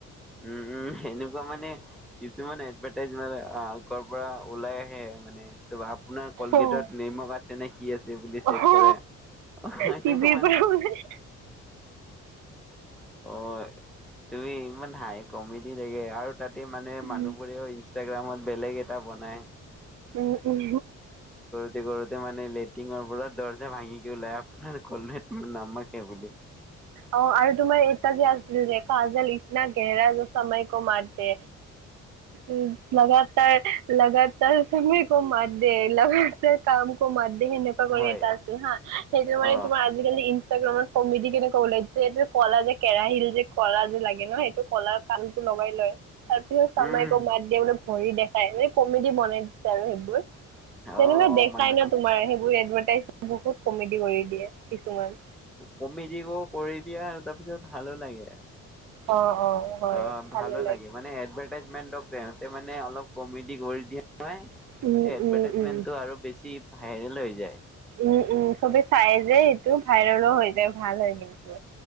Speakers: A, in the centre; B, on the right.
A: উম উম। উম উম এনেকুৱা মানে কিছুমান এডভাৰ্টাইজ মানে অ কৰ পৰা ওলাই হে মানে ত আপোনাৰ কলগেটত
B: উম।
A: নিমখ আ- ছে নে কি আছে বুলি
B: অ
A: চেক
B: অ
A: কৰে অ এনেকুৱা
B: টিভিৰ
A: মানে
B: পৰা ওলাই।
A: হয় তুমি ইমান হাঁহি কমেডি লাগে আৰু তাতে মানে
B: উম
A: মানুহবোৰেও ইনষ্টাগ্ৰামত বেলেগ এটা বনায়।
B: ওম ওম।
A: সেই কৰোতে মানে লেট্ৰিনৰ পৰা দৰ্জা ভাঙিকে ওলাই আপোনাৰ কলগেট নমখ হে বুলি।
B: অ আৰু তোমাৰ এটা যে আছিল যে কাজল ইটনা গেহৰা যে সময় ক মাৰতে উম লগাত লগাতাৰ সময় কো মাৰদে লগাতাৰ কাম কো মাৰ সেনেকুৱা কৰি
A: হয়,
B: এটা আছিল হা সেইটো মানে
A: অ',
B: তোমাৰ আজিকালি ইনষ্টাগ্ৰামত কমেডি কেনেকুৱা ওলাই যে, এইটো কলা যে কেৰাহিটো যে কলা যে লাগে ন সেইটো কলাটো লগাই লয়। তাৰপিছত চময়
A: উম,
B: ক মাৰদে বুলি ভৰি দেখাই মানে কমেডি বনাই দিছে আৰু সেইবোৰ। তেনেকুৱা
A: অ', অ',
B: দেখাই
A: মানে
B: ন তোমাৰ সেইবোৰ এডভাৰটাইজ বহুত কমেডি কৰি দিয়ে কিছুমান।
A: কমেডি কৰি দিয়া আৰু তাৰপিছত ভালো লাগে।
B: অ অ হয়
A: অঁ ভালো
B: ভালে
A: লাগে মানে এডভা ৰটাইজমেণ্ট মানে অলপ তেহেঁতে কমেডি কৰি দিয়ে। এই
B: উম
A: এডভাৰটাইজমেণ্টটো
B: উম উম
A: আৰু বেছি ভাইৰেল হৈ যায়।
B: উম উম, চবে চাই যে এইটো ভাইৰেলো হৈ যায় ভাল হয় কিন্তু।